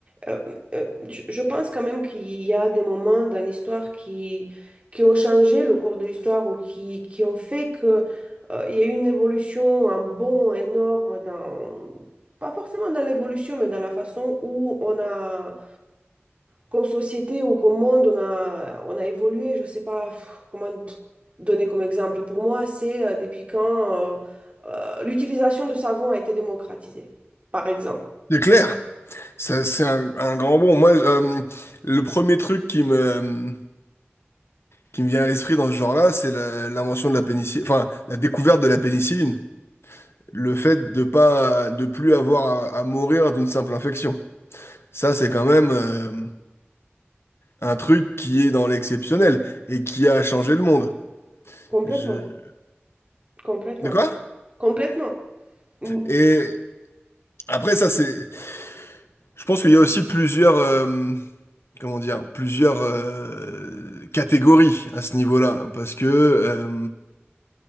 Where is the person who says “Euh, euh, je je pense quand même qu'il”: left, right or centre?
Right